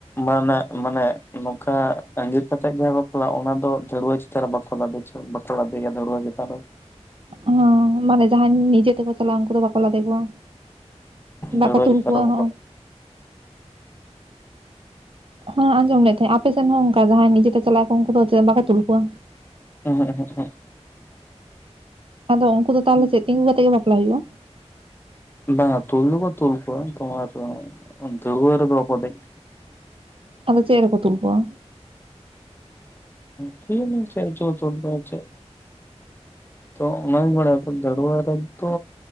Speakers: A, on the left; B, on the right.
A: ᱢᱟᱱᱮ ᱢᱟᱱᱮ ᱱᱚᱝᱠᱟ ᱟᱜᱤᱨ ᱠᱟᱛᱮᱜ ᱡᱟᱦᱟᱸ ᱵᱟᱯᱞᱟᱜ ᱚᱱᱟ ᱫᱚ ᱫᱟᱹᱨᱣᱟᱹ -- ᱵᱟᱠᱚ ᱞᱟᱫᱮ ᱵᱟᱠᱚ ᱠᱟᱫᱮᱭᱟ ᱫᱟᱹᱲᱣᱟᱹ ᱪᱮᱛᱟᱱ ᱨᱮᱫᱚ
B: ᱚᱱᱟ ᱢᱟᱱᱮ ᱡᱟᱦᱟᱸᱭ ᱱᱤᱡᱮ ᱛᱮᱠᱚ ᱪᱟᱞᱟᱜ-ᱟ ᱩᱱᱠᱩ ᱫᱚ ᱵᱟᱠᱚ ᱞᱟᱫᱮ ᱠᱚᱣᱟ᱾ ᱵᱟᱠᱚ
A: ᱫᱷᱟᱹᱲᱣᱟᱹ
B: ᱛᱩᱞ
A: ᱪᱮᱛᱟᱱ
B: ᱠᱚᱣᱟ
A: ᱨᱮ ᱵᱟᱠᱚ
B: ᱦᱚᱸ,
A: ᱞᱟᱫᱮ
B: ᱦᱚᱸ ᱟᱸᱡᱚᱢ ᱞᱮᱫ ᱛᱟᱦᱮᱸᱫ ᱟᱯᱮᱥᱮᱱ ᱦᱚᱸ ᱚᱱᱠᱟᱜᱮ ᱦᱚᱭ ᱱᱤᱡᱮᱛᱮ ᱪᱟᱞᱟᱣ ᱠᱚ ᱩᱱᱠᱩ ᱫᱚ ᱪᱮᱫ ᱵᱟᱠᱚ ᱛᱩᱞ ᱠᱚᱣᱟ
A: ᱮᱦᱮᱸᱜ ᱮᱦᱮᱸᱜ ᱮᱦᱮᱸᱜ
B: ᱟᱫᱚ ᱩᱱᱠᱩ ᱫᱚ
A: ᱩᱸᱦᱩᱜ
B: ᱛᱟᱦᱚᱞᱮ ᱪᱮᱫ ᱛᱤᱜᱩ ᱠᱟᱛᱮᱜ ᱜᱮ ᱵᱟᱯᱞᱟ ᱦᱩᱭᱩᱜ-ᱟ?
A: ᱵᱟᱝ-ᱟ ᱛᱩᱞ ᱫᱚᱠᱚ ᱛᱩᱞ ᱠᱚᱣᱟ ᱛᱚ ᱟᱫᱚ ᱫᱟᱹᱲᱣᱟᱹ ᱨᱮᱫᱚ ᱵᱟᱠᱚ ᱫᱮᱡ ᱠᱚᱣᱟ
B: ᱟᱫᱚ ᱪᱮᱫ ᱨᱮᱠᱚ ᱛᱩᱞ ᱠᱚᱣᱟ?
A: ᱠᱤ ᱡᱟᱱᱤ ᱪᱮᱫ ᱨᱮᱪᱚ ᱠᱚ ᱛᱩᱞ ᱠᱚᱣᱟ <unintelligible> ᱛᱚ ᱚᱱᱟ ᱜᱤᱧ ᱵᱟᱲᱟᱭᱟ ᱫᱟᱹᱲᱣᱟᱹ ᱨᱮ ᱛᱚ